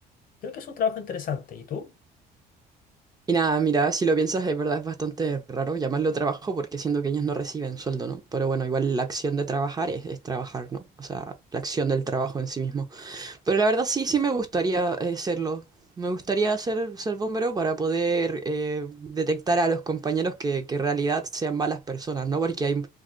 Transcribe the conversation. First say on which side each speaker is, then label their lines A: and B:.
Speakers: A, on the left (about 55°); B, on the right (about 25°).
A: creo que es un trabajo interesante. ¿Y tú?
B: Y nada, mira, si lo piensas, es verdad, es bastante raro llamarlo trabajo porque siendo que ellos no reciben sueldo, ¿no? Pero bueno, igual la acción de trabajar es, es trabajar, ¿no? O sea, la acción del trabajo en sí mismo. Pero la verdad sí, sí me gustaría eh, serlo. Me gustaría ser, ser bombero para poder eh, detectar a los compañeros que, que en realidad sean malas personas, ¿no? Porque hay,